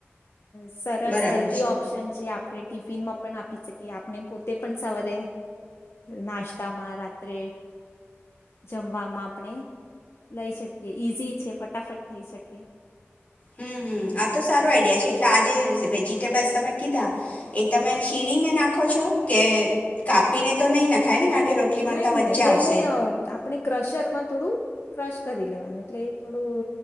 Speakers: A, on the left; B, on the left.
A: સરસ
B: બરાબર
A: હેલ્ધી
B: છે
A: ઓપ્શન છે આપણે. ટિફિનમાં પણ આપી શકીએ આપણે પોતે પણ સવારે નાસ્તામાં, રાત્રે જમવામાં આપણે લઈ શકીએ ઈઝી છે ફટાફટ થઈ શકે.
B: હમ્મ-હમ્મ
A: હમ
B: આ તો સારો આઈડિયા છે. <unintelligible> વેજીટેબલ્સ તમે કીધા એ તમે છીણીને નાખ ખો છો કે કાપીને તો નહીં નાખાય ને કારણ કે રોટલી વણતા
A: નહીં
B: વચ્ચે
A: નહીં
B: આવશે
A: એને અહ આપણે ક્રશરમાં થોડું ક્રશ કરી લેવાનું એટલે થોડું